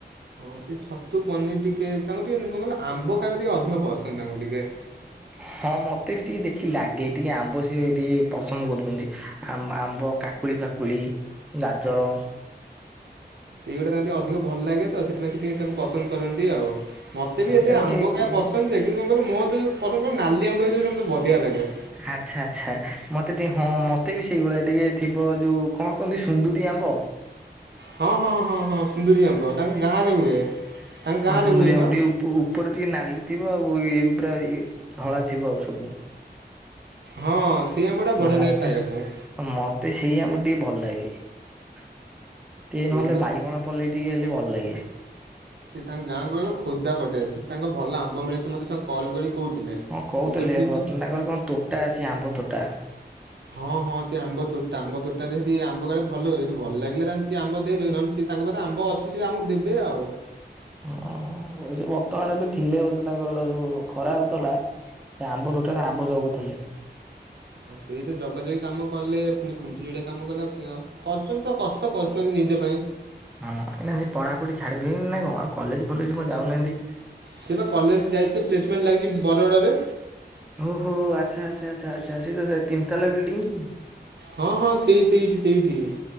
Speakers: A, on the right; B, in the centre.
A: ଓ ସେ ଛତୁ ପନିର ଟିକେ ତାଙ୍କୁ ଟିକେ କଣ କହିଲ ଆମ୍ବ ଖାଇବା ଟିକେ ଅଧିକ ପସନ୍ଦ ତାଙ୍କୁ ଟିକେ। ହ
B: ହଁ ମତେ ବି ଟିକେ ଦେଖିକି ଲାଗେ ଟିକେ ଆମ୍ବ ସିିଏ ଟିକେ ପସନ୍ଦ କରୁଛନ୍ତି ଆ ଆମ୍ବ କାକୁଡି ପାକ କୁଡି ଗାଜର।
A: ସେଇଗୁଡ଼ା ତାଙ୍କୁ ଟିକେ ଅଧିକ ଭଲ ଲାଗେ ତ ସେଥିପାଇଁ ସେ ଟିକେ ତାକୁ ପସନ୍ଦ କରନ୍ତି ଆଉ। ମତ ବି
B: ହଁ
A: ଏତେ
B: ତାଙ୍କୁ
A: ଆମ୍ବ
B: ଟିକେ
A: ଖାଇବା ପସନ୍ଦ ଯେ କିନ୍ତୁ କଣ କିହିଲୁ ମୋର ଯୋଉ ପସନ୍ଦ କହିଲୁ ନାଲି ଆମ୍ବ ହେଇଯଉରା ମତେ ବଢ଼ିଆ ଲାଗେ।
B: ଆଚ୍ଛା ଆଚ୍ଛା ମତେ ଟିକେ ହଁ ମତେ ବି ସେଇଭଳିଆ ଟିକେ ଥିବ ଯୋଉ କଣ କହନ୍ତି ସୁନ୍ଦୁରି ଆମ୍ବ?
A: ହଁ ହଁ ହଁ ହଁ ସୁନ୍ଦୁରି ଆମ୍ବ ତାଙ୍କ ଗାଁରେ ହୁଏ ତାଙ୍କ ଗାଁରେ
B: ହଁ ସୁନ୍ଦୁରି
A: ହୁଏ
B: ଆମ୍ବ
A: ପା।
B: ଟିକେ ଉପ ଉପରେ ଟିକେ ନାଲି ଥିବ ଆଉ ଇଏ ପୁରା ଧଳା ଥିବ ଆଉ ସବୁ।
A: ହଁ ସେଇ ଆମ୍ବ ଟା ବଢ଼ିଆ
B: ମତେ
A: ଲାଗେ ଖାଇବାକୁ।
B: ମତେ ସେଇ ଆମ୍ବ ଟି ଭଲ ଲାଗେ ଟିକେ
A: ସେଇ
B: ନହେଲେ
A: ତ
B: ବାଇଗଣ ପଲେଇ ଟିକେ ହେଲେ ଭଲ ଲାଗେ।
A: ସେ ତାଙ୍କ ଗାଁ କହିଲ ଖୋର୍ଦ୍ଧା ପଟେ ସେ ତାଙ୍କ ଭଲ ଆମ୍ବ ମିଳେ ସେ ମୋତେ ସାଙ୍ଗ କଲ୍ କରିକି କହୁଥିଲେ।
B: ହଁ କହୁଥିଲେ
A: ମୁଁ କହିଲି ଠିକ୍
B: ବର୍ତ୍ତମାନ
A: ଅଛି।
B: ତାଙ୍କର କଣ ତୋଟା ଅଛି ଆମ୍ବ ତୋଟା।
A: ହଁ ହଁ ସେ ଆମ୍ବ ତୋଟା ଆମ୍ବ ତୋଟାରେ ହେଟୀ ଆମ୍ବ କାଳେ ଭଲ ହୁଏ। ହେଟୀ ଭଲ ଲାଗିଲା ତାହାଲେ ସେ ଆମ୍ବ ଦେଇଦେବେ ନହେଲେ ସେ ସେ ତାଙ୍କ ପାଖେ ଆମ୍ବ ଅଛି ସେ ଆମକୁ ଦେବେ ଆଉ।
B: ହଁ ବର୍ତ୍ତମାନ ଏବେ ଥିଲେ ବୋଧେ ତାଙ୍କର ଯୋଉ ଖରା ହଉଥିଲା। ସେ ଆମ୍ବ ତୋଟାରେ ଆମ୍ବ ଜଗୁଥିଲେ।
A: ହଁ ସେଇ ତ ଜଗା ଜଗି କାମ କଲେ ପୁଣି ଖୁଣ୍ଟି ଯୋଡ଼ିଆ କାମ କଲେ ଆ କ କରୁଛନ୍ତି ତ କଷ୍ଟ କରୁଛନ୍ତି ନିଜ ପାଇଁ।
B: ହଁ ଏଇନା ସେ ପଢ଼ାପୁଢ଼ି ଛାଡ଼ିଦେ ନା କ ଆଉ କଲେଜ ଫଲେଜ କଣ ଯାଉନାହାନ୍ତି?
A: ସେ ବା କଲେଜ ଯାଇଥିଲେ ପ୍ଲେସମେଣ୍ଟ ଲାଗିଛି ବରଗଡ଼ରେ।
B: ହୋ ହୋ ଆଚ୍ଛା ଆଚ୍ଛା ଆଚ୍ଛା ଆଚ୍ଛା ସେ ତିନତାଲା ବିଲ୍ଡିଂ କି?
A: ହଁ ହଁ ସେଇ ସେଇଠି ସେଇଠି।